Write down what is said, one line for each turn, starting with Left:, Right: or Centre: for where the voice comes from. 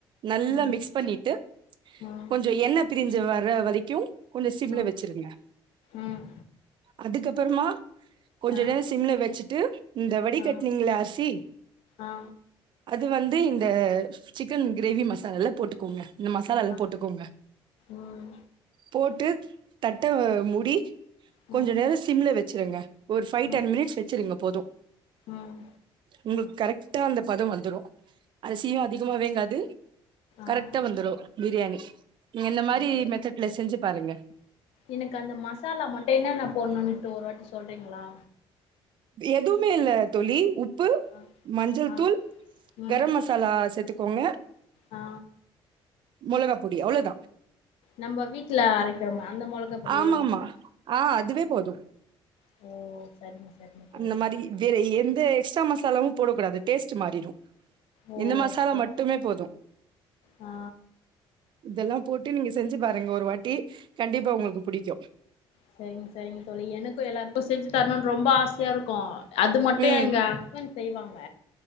Right: நல்லா
Left: ம்
Right: மிக்ஸ் பண்ணிட்டு
Left: ம்
Right: கொஞ்ச எண்ணத்திரிஞ்சு வ வேற வரைக்கு கொஞ்ச சிம்ல
Left: ம்
Right: வச்சிருங்க
Left: ம்
Right: அதுக்கப்பறமா கொஞ்ச
Left: ஆ
Right: நேர சிம்ல வச்சுட்டு இந்த வடிகட்டினிங்கள
Left: ஆ
Right: அரிசி
Left: ஆ
Right: அது வந்து இந்த அ சிக்கன் க்ரேவி மசாலல்லா போட்டுக்கோங்க இந்த மசாலாத
Left: ஆ
Right: போட்டுக்கோங்க
Left: ம்
Right: போட்டு தட்ட முடி
Left: ம்
Right: கொஞ்ச நேரோ சிம்ல வச் ச்சிருங்க ஒரு ஃபை டென்
Left: ம்
Right: மினிட்ஸ் வச்சிருங்க போது
Left: ம்
Right: உங்களுக் கரெக் க்டா அந்த பத வந்துரு அரிசியு அதிகமா வேகாது கரக்டா
Left: ஆ
Right: வந்தரு பிரியாணி நீ என்ன மாரி
Left: ஓ
Right: மெத்தட்ல செஞ்சு பாருங்க
Left: எனக்கு அந்த மசாலா மட்டு என்னன்ன போடணுனு இப்போ ஒரு வாட்டி சொல்றிங்களா
Right: எதுமே இல்ல தோழி உ உப்பு
Left: ஆ
Right: மஞ்சள்தூள்
Left: ஆ ம்
Right: கரம்மசாலா சேத்துக் கோங்க
Left: ஆ
Right: மொளகா பொடி அவ்ளதா
Left: நம்ம வீட்ல அரைகிறோம அந்த மொளக பொடியே
Right: ஆமா
Left: ஓகே
Right: ஆமா ஆ அதுவே போது
Left: ஓ சரிங்க சரிங்க தோழி
Right: அந்த மாரி வேற எந்த எக்ஸ்ட்ரா மஸ் ஸாலாவு போட கூடாது டேஸ்ட்டு மாறிரு
Left: ஓ
Right: இந்த மசாலா
Left: சரி
Right: மட்டுமே போது
Left: ஆ
Right: இதலா போட்டு நீங்க செஞ்சு பாருங்க ஒரு வாட்டி கண்டிப்பா உங்களுக்கு புடிக்கு
Left: செரிங்க செரிங்க தோலி எனக்கு எல்லாருக்கு செஞ்சு தரணுனு ரொம்ப ஆச சயா இருக்கு அது மட்டு
Right: ம்
Left: எங்க ஹஸ்பண் செய்வாங்க